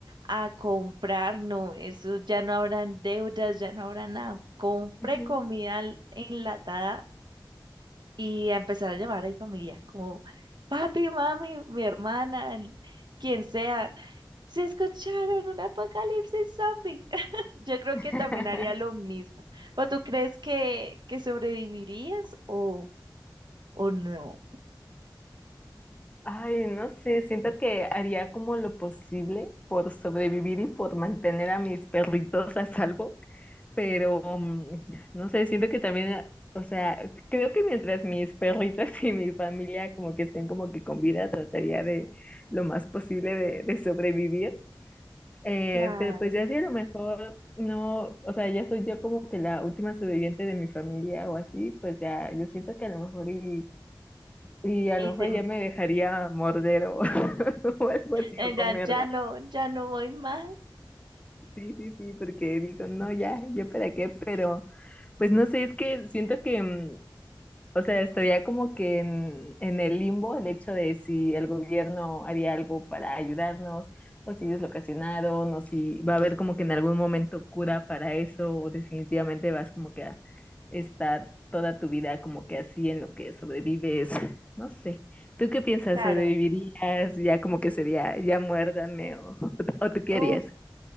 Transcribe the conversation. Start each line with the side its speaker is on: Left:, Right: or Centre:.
Right: a comprar, no, eso ya no habrán deudas, ya no habrá nada. Compré
Left: Ujú.
Right: comida en- enlatada y a empezar a llamar a mi familia, como papi, mami, mi hermana, el- quien sea, se escucharon un apocalipsis zombie. <laughs> Yo creo
Left: <laughs>
Right: que también haría lo mismo. ¿O tú crees que, que sobrevivirías o, o no?
Left: Ay, no sé, siento que haría como lo posible por sobrevivir y por mantener a mis perritos a salvo. pero mm, no sé, siento que también, o sea, creo que mientras mis perritos <laughs> y mi familia como que estén como que con vida, trataría de lo más posible de, de sobrevivir. Eh,
Right: Claro.
Left: pero pues ya si a lo mejor no, o sea, ya soy yo como que la última sobreviviente de mi familia o así, pues ya yo siento que a lo mejor y, y a
Right: Y
Left: lo mejor
Right: te-
Left: ya me dejaría morder o, <laughs> o algo así
Right: Eh,
Left: o comerla.
Right: Ya, ya no, ya no voy más,
Left: Sí, sí, sí, porque digo, no, ya, yo para qué, pero... Pues no sé, es que siento que, mm, O sea, estaría como que en, en el limbo el hecho de si el gobierno haría algo para ayudarnos, o si ellos lo ocasionaron, o si va a haber como que en algún momento cura para eso, o definitivamente vas como que a estar toda tu vida como que así en lo que sobrevives. No sé. ¿Tú qué piensas?
Right: claro.
Left: ¿Sobrevivirías? Ya como que sería, ya muérdame, o, o, tú qué
Right: Uf,
Left: harías?